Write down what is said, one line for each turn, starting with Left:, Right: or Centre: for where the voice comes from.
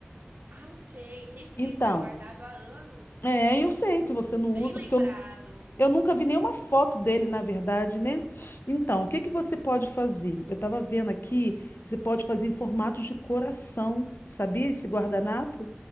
Right: Ah, sei, sei sim,
Left: Então,
Right: ele tá guardado há anos.
Left: é, eu sei que você não
Right: Bem
Left: usa,
Right: lembrado.
Left: porque eu, eu nunca vi nenhuma foto dele, na verdade, né? Então, o que que você pode fazer? Eu estava vendo aqui, você pode fazer em formato de coração, sabia esse guardanapo?